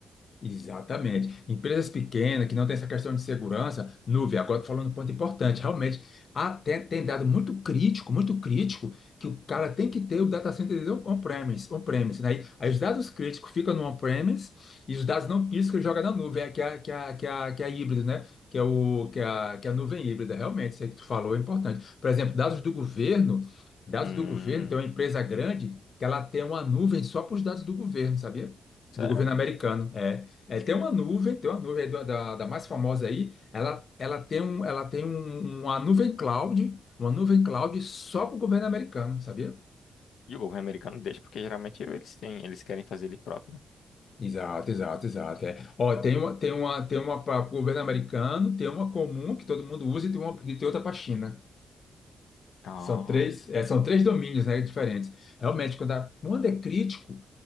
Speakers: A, on the left; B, on the left.
A: Exatamente. Empresas pequenas que não têm essa questão de segurança, nuvem. Agora tô falando um ponto importante, realmente, até tem dado muito crítico, muito crítico, que o cara tem que ter o data center dele on-premise, on-premise, né? Aí aí os dados críticos ficam no on-premise e os dados não críticos ele joga na nuvem, que é, a- que é, a- que é, a- que é a híbrida, né? Que é o que é, a- que é a nuvem híbrida, realmente, isso aí que tu falou é importante. Por exemplo, dados do governo, dados
B: Hum,
A: do governo, tem uma empresa grande que ela tem uma nuvem só para os dados do governo, sabia?
B: sério?
A: Do governo americano. é. É, tem uma nuvem, tem uma nuvem é da, da, da mais famosa aí. Ela, ela tem um, ela tem um- uma nuvem cloud, uma nuvem cloud só para o governo americano, sabia?
B: E o governo americano deixa porque geralmente eles têm, eles querem fazer ele próprio, né?
A: Exato, exato, exato. É. Ó, tem uma, tem uma, tem uma para o governo americano, tem uma comum que todo mundo usa e tem uma, e tem outra para a China.
B: Ah,
A: São três, é, são três domínios, né, diferentes. Realmente, quando, a- quando é crítico,